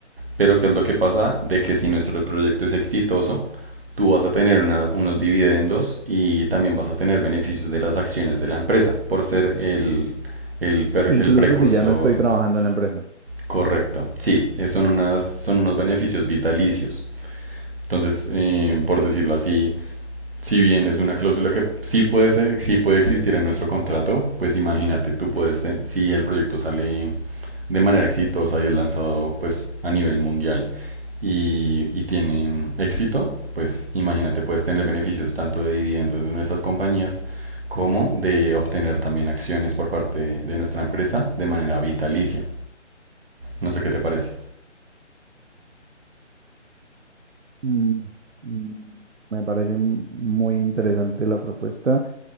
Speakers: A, on the right; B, on the right.
A: pero ¿qué es lo que pasa? De que si nuestro proyecto es exitoso, tú vas a tener una- unos dividendos y también vas a tener beneficios de las acciones de la empresa por ser el, el per-
B: incluso
A: el precursor
B: si ya no estoy trabajando en la empresa.
A: Correcto, sí, eh, son unas, son unos beneficios vitalicios. Entonces, eh, por decirlo así, si bien es una cláusula que sí puede ser- sí puede existir en nuestro contrato, pues imagínate, tú puedes, te- si el proyecto sale de manera exitosa y es lanzado pues a nivel mundial y, y tiene éxito, pues imagínate, puedes tener beneficios tanto de dividendos de nuestras compañías como de obtener también acciones por parte de nuestra empresa de manera vitalicia. No sé qué te parece.
B: Mm, mm, Me parece muy interesante la propuesta.